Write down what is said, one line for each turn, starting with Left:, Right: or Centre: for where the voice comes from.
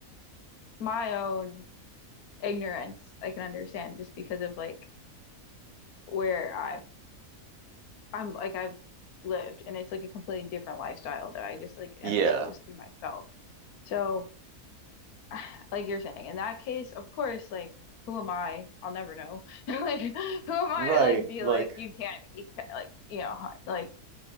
Left: my own ignorance I can understand just because of like where I've I'm like I've lived and it's like a completely different lifestyle that I just like am
Right: <laughs> yeah,
Left: exposed to myself so <sighs> like you're saying in that case of course like who am I I'll never know <laughs> like who am I
Right: right.
Left: to like be
Right: Like
Left: like you can't, you can't like you know hunt, like